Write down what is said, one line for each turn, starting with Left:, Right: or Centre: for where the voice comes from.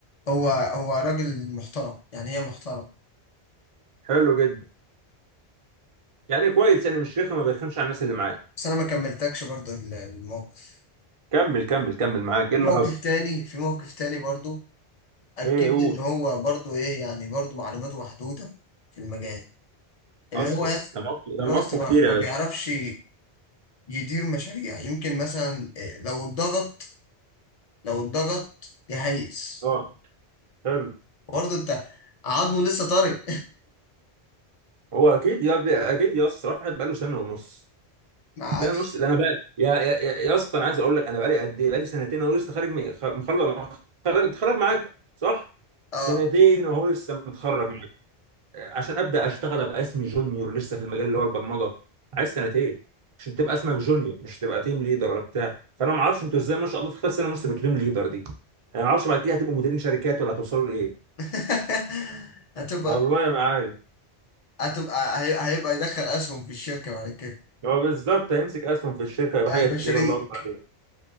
Left: هو هو راجل محترم يعني هي محترم
Right: حلو جدا يعني كويس يعني مش رخم ما بيرخمش على الناس اللي معاه
Left: بس انا ما كملتكش برضه ال- الموقف
Right: كمل كمل كمل معاك ايه
Left: في
Right: اللي
Left: موقف
Right: حصل
Left: تاني في موقف تاني برضه اكد
Right: ايه قول
Left: لي ان هو برضه ايه يعني برضه معلوماته محدوده في المجال اللي
Right: اصلا
Left: هو يس
Right: ده مواقفه ده
Left: اللي
Right: مواقفه
Left: هو يس ما
Right: كتير يا
Left: ما
Right: باشا
Left: بيعرفش يدير مشاريع يمكن مثلا إيه، لو اتضغط لو اتضغط يهيس
Right: اه حلو
Left: برضه انت عظمه لسه طري
Right: هو اكيد يا ب- اكيد يا اسطى واحد بقاله سنه ونص
Left: <laughs> ما عادش
Right: سنه ونص ده انا بقى يا يا يا يا اسطى انا عايز اقول لك انا بقالي قد ايه بقالي سنتين اهو لسه خارج من- خ- مخلص خارج متخرج معاكم صح سنتين
Left: اه
Right: اهو لسه متخرج عشان ابدا اشتغل ابقى اسمي جونيور لسه في المجال اللي هو البرمجه عايز سنتين عشان تبقى اسمك جونيور مش تبقى تيم ليدر ولا بتاع فانا ما اعرفش انتوا ازاي ما شاء الله في خلال سنه ونص بقيتوا تيم ليدر دي انا ما اعرفش بعد كده هتبقوا مديرين شركات ولا هتوصلوا لايه
Left: <laughs> هتبقى
Right: والله ما عارف
Left: هتبقى هي- هيبقى يدخل اسهم في الشركه بعد كده
Right: هو بالظبط هيمسك اسهم في الشركه يبقى
Left: هيبقى
Right: حاجه تقيله
Left: شريك
Right: الله اكبر عليها